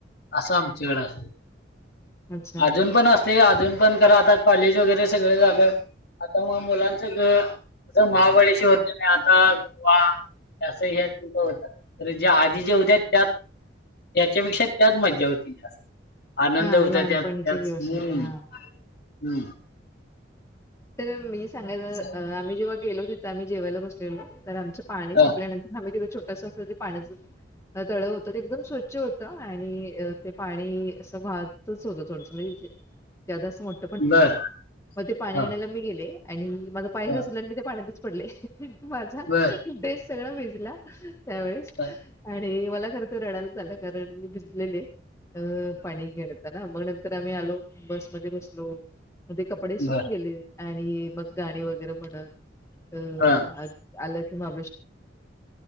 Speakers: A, on the left; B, on the left.
A: असं आमच्याकडे
B: अच्छा
A: अजून पण अस ते अजून पण करा आता कॉलेज वगैरे सगळं झालं आता मग मुलांच सगळं अस महाबळेश्वर जन आहे आता गोवा त्या ह <unintelligible> क होतात तर ज्या आधी जे होत्या त्यात त्याच्यापेक्षा त्यात मज्जा होती जास्त आनंद
B: हा
A: होता
B: लहानपणीचे
A: त्यात त्यात
B: दिवस
A: हं
B: होते हा हा.
A: हं
B: तर मी सांगायचं
A: असं.
B: आम्ही जेव्हा गेलो तिथं आम्ही जेवायला बसलेलो तर आमचं पाणी
A: हा,
B: संपल्यानंतर आम्ही छोटस पाण्याचं तळं होतं ते एकदम स्वच्छ होत आणि ते पाणी असं वाहतच होत थोड ज्यादा म्हणजे मोठ मग
A: बर
B: ते पाणी
A: हा,
B: आणायला मी गेले आणि माझ पाय
A: हा,
B: घसरला आणि पाण्यात पडले माझा
A: बर
B: ड्रेस सगळा भिजला त्यावेळेस
A: हां,
B: आणि मला खर तर रडालायच आला कारण मी भिजलेले अ पाणी घेळ <unintelligible> ना मग नंतर आम्ही आलो बसमध्ये बसलो म कपडे सुकून
A: बरं.
B: गेले आणि मग गाणी वगैरे म्हणत अ
A: हां,
B: आलं की महा